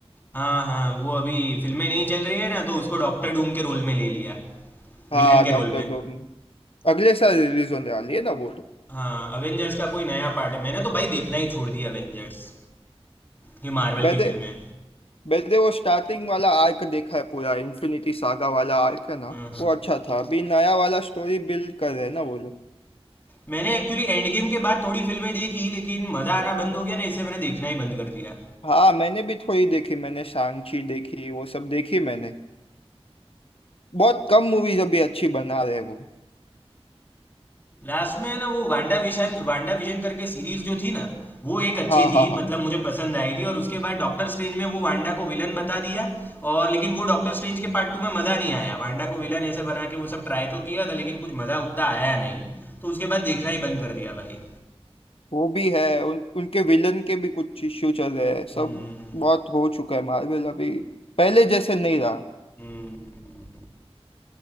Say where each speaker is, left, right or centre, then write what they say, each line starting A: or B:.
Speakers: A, on the left; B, on the left.
A: हाँ हाँ वो अभी फिल्में नहीं चल रही है ना तो उसको डॉक्टर डूम के रोल में ले लिया विलन
B: हाँ
A: के
B: डॉक्टर
A: रोल में
B: डूम अगले साल रिलीज होने वाली है ना वो तो
A: हाँ अवेंजर्स का कोई नया पार्ट है मैंने तो भाई देखना ही छोड़ दिया अवेंजर्स ये मार्वल
B: मैंने
A: की फिल्में
B: वैसे वो स्टार्टिंग वाला आर्क देखा है पूरा इन्फिनिटी सागा वाला आर्क है ना
A: हाँ, हाँ।
B: वो अच्छा था अभी नया वाला स्टोरी बिल्ड कर रहे हैं ना वो लोग
A: मैंने एक्चुअली एंड गेम के बाद थोड़ी फिल्में देखी लेकिन मज़ा आना बंद हो गया ना इससे मैंने देखना ही बंद कर दिया
B: हाँ मैंने भी थोड़ी देखी मैंने सांची देखी वो सब देखी मैंने बहुत कम मूवीज अभी अच्छी बना रहे हैं वो
A: लास्ट में ना वो वांडा विशन वांडा विजन करके सीरीज जो थी ना वो एक अच्छी
B: हाँ
A: थी
B: हाँ हाँ
A: मतलब मुझे पसंद आई थी और उसके बाद डॉक्टर स्ट्रेंज में वो वांडा को विलन बता दिया और लेकिन वो डॉक्टर स्ट्रेंज के पार्ट टू में मज़ा नहीं आया वांडा को विलन ऐसे बना के वो सब ट्राई तो किया था लेकिन कुछ मज़ा उतना आया नहीं तो उसके बाद देखना ही बंद कर दिया भाई
B: वो भी है उन उनके विलन के भी कुछ इश्यू चल रहे
A: हम्म,
B: हैं सब बहुत हो चुका है मार्वल अभी पहले जैसे नहीं रहा
A: हम्म।